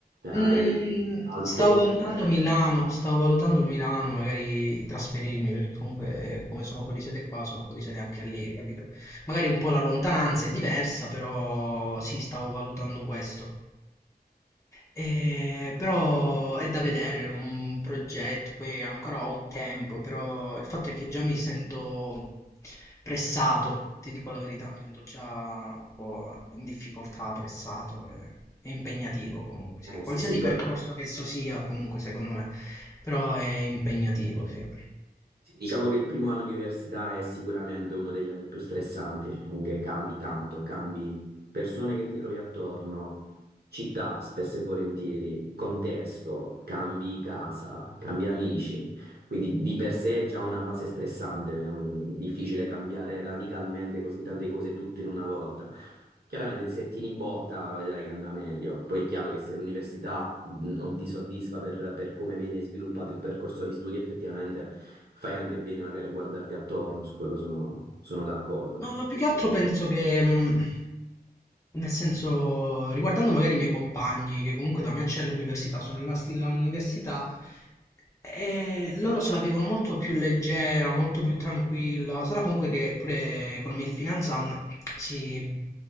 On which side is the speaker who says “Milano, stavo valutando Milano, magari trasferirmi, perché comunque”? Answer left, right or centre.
Left